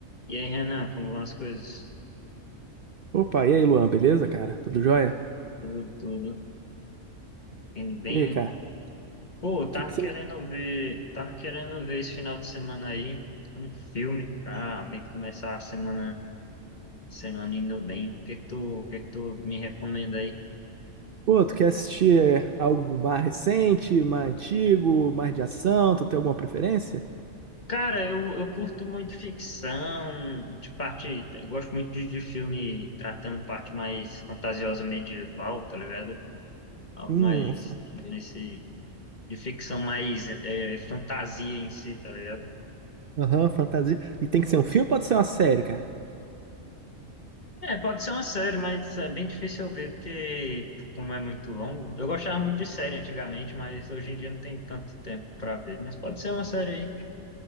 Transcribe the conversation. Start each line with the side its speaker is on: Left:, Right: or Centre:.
Left: E aí, Renan, como vão as coisas?
Right: Opa, e aí, Luan, beleza, cara? Tudo jóia?
Left: Tudo, tudo. Indo bem.
Right: E aí, cara? O
Left: Pô, eu tava
Right: que que você
Left: querendo
Right: me...
Left: ver, tava querendo ver esse final de semana aí um filme pra meio que começar a semana, semana indo bem. O que que tu, o que que tu me recomenda aí?
Right: Pô, tu quer assistir é, algo mais recente, mais antigo, mais de ação? Tu tem alguma preferência?
Left: Cara, eu, eu curto muito ficção, de parte, eu gosto muito de, de filme tratando parte mais fantasiosa medieval, tá ligado? Algo
Right: Hum,
Left: mais
Right: fa-
Left: nesse, de ficção mais é, fantasia em si, tá ligado?
Right: aham, fantasia. E tem que ser um filme ou pode ser uma série, cara?
Left: É, pode ser uma série, mas é bem difícil eu ver, porque como é muito longo. Eu gostava muito de série antigamente, mas hoje em dia não tem tanto tempo pra ver. Mas pode ser uma série aí.